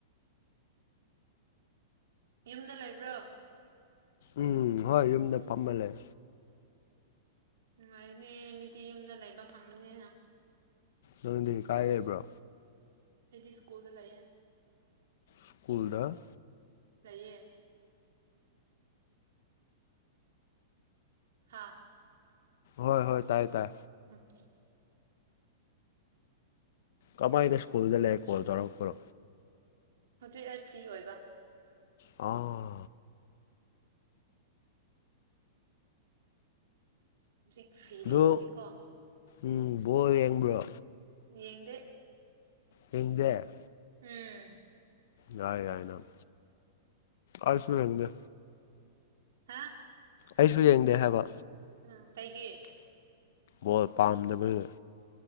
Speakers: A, on the right (about 70°); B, on the left (about 50°).
A: ꯌꯨꯝꯗ ꯂꯩꯕ꯭ꯔꯣ
B: ꯎꯝ ꯍꯣꯏ ꯌꯨꯝꯗ ꯐꯝꯃ ꯂꯩ
A: ꯅꯨꯡꯉꯥꯢꯅꯦ ꯃꯤꯗꯤ ꯌꯨꯝꯗ ꯂꯩꯕ ꯐꯪꯒꯅꯤꯅ
B: ꯅꯪꯗꯤ ꯀꯥꯏ ꯂꯩꯕ꯭ꯔꯣ
A: ꯑꯩꯗꯤ ꯁ꯭ꯀꯨꯜꯗ ꯂꯩꯌꯦ
B: ꯁ꯭ꯀꯨꯜꯗ
A: ꯁꯩꯌꯦ ꯍꯥꯥ
B: ꯍꯣꯏ ꯍꯣꯏ ꯇꯥꯏꯌꯦ ꯇꯥꯏ
A: ꯎꯝ
B: ꯀꯃꯥꯏꯅ ꯁ꯭ꯀꯨꯜꯗ ꯂꯩꯔꯦ ꯀꯣꯜ ꯇꯧꯔꯛꯄ꯭ꯔꯣ
A: ꯍꯧꯖꯤꯛ ꯑꯩ ꯐ꯭ꯔꯤ ꯑꯣꯏꯕ
B: ꯑꯥ
A: ꯍꯧꯖꯤꯛ ꯐ꯭ꯔꯤ
B: ꯑꯗꯨ
A: ꯂꯩꯕꯒꯤꯀꯣ
B: ꯎꯝ ꯕꯣꯜ ꯌꯦꯡꯕ꯭ꯔꯣ
A: ꯌꯦꯗꯦ
B: ꯍꯦꯗꯦ
A: ꯎꯝ
B: ꯌꯥꯏ ꯌꯥꯏ ꯅꯪ ꯑꯩꯁꯨ ꯌꯦꯟꯗ
A: ꯍꯥꯥ
B: ꯑꯩꯁꯨ ꯌꯦꯡꯗꯦ ꯍꯥꯏꯕ
A: ꯍꯥ ꯀꯩꯒꯤ
B: ꯕꯣꯜ ꯄꯥꯝꯗꯕꯒꯤ